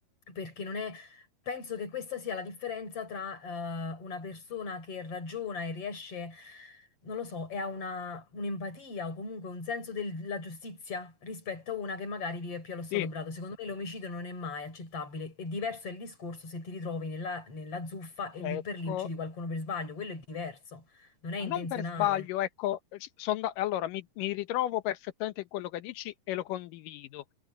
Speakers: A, on the left (about 40°); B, on the left (about 75°).
A: Perché non è Penso che questa sia la differenza tra eh, una persona che ragiona e riesce, non lo so, e ha una, un'empatia o comunque un senso del- della giustizia rispetto a una che magari vive più allo stato
B: sì,
A: brado. Secondo me l'omicidio non è mai accettabile. È diverso il discorso se ti ritrovi nella, nella zuffa e
B: ecco,
A: lì per lì uccidi qualcuno per sbaglio. Quello è diverso, non è
B: ma
A: intenzionale.
B: non per sbaglio, ecco, eh, sì, son da- allora mi, mi ritrovo perfettamente in quello che dici e lo condivido,